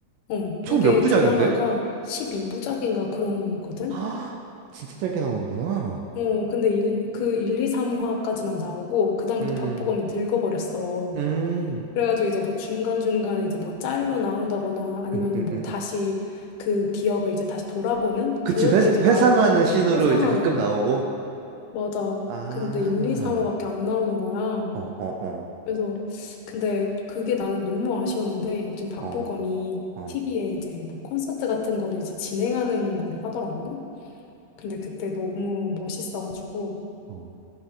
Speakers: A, on the left; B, on the right.
A: 어,
B: 총
A: 이게
B: 몇 부작인데?
A: 드라마가 12부작인가 그런 거든?
B: 아, 진짜 짧게 나오는구나.
A: 어, 근데 일, 그 1, 2, 3화까지만 나오고, 그다음부터
B: 음,
A: 박보검이 늙어버렸어.
B: 음,
A: 그래가지고 이제 뭐 중간중간에 이제 뭐 짤로 나온다거나 아니면은
B: 음, 음,
A: 뭐
B: 음.
A: 다시
B: 음.
A: 그 기억을 이제 다시 돌아보는?
B: 그치,
A: 그럴
B: 회,
A: 때 이제
B: 회상하는
A: 나오고,
B: 씬으로
A: 회상하는.
B: 이제 가끔 나오고.
A: 맞아.
B: 아,
A: 근데 1, 2, 3화밖에 안 나오는 거야.
B: 어, 어, 어,
A: 그래서, 근데 그게 나는 너무 아쉬웠는데, 요즘 박보검이
B: 어, 어,
A: TV에 이제 뭐 콘서트 같은 거를 이제 진행하는 걸 하더라고. 근데 그때 너무 멋있어가지고
B: 어,